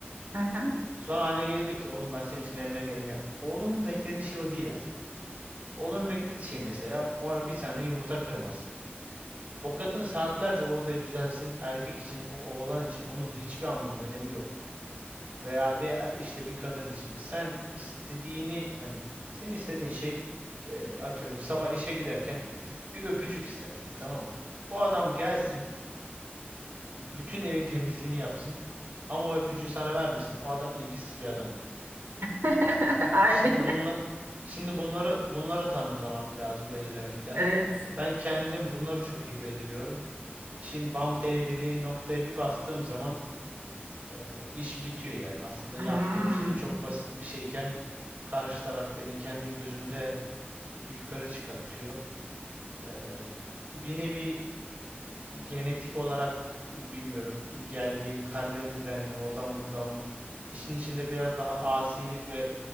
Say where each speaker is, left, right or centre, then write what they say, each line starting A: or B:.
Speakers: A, on the right (about 75°); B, on the right (about 45°).
A: Hı hı.
B: Sonra anne geliyor diyor ki oğlum ben senin için elimden geleni yaptım. Oğlunun beklediği şey o değil aslında. Oğlunun beklediği şey mesela ona bir tane yumurta kırması. O kadın saatlerce o odayı düzelsin. Erkek için, o oğlan için onun hiçbir anlamı, önemi yok. Veya bir e- işte bir kadın için. Sen istediğini hani senin istediğin şey e, atıyorum sabah işe giderken bir öpücük istersin tamam mı? O adam gelsin, bütün evin temizliğini yapsın ama o öpücüğü sana vermesin. O adam ilgisiz bir adam olur.
A: <laughs>
B: Şimdi,
A: Aynen.
B: şimdi bunla, şimdi bunları bunları tanımlamak lazım, belirlemek lazım.
A: Evet.
B: Ben kendim bunları çok iyi belirliyorum. İşin bam teli dediğin noktaya bir bastığım zaman e, iş bitiyor yani. Aslında
A: Hmm.
B: yaptığım şey çok basit bir şeyken karşı taraf beni kendi gözünde yukarı çıkartıyor. E, bir nevi genetik olarak bilmiyorum geldiğim Karadeniz'den mi, oradan buradan mı işin içinde biraz daha asilik ve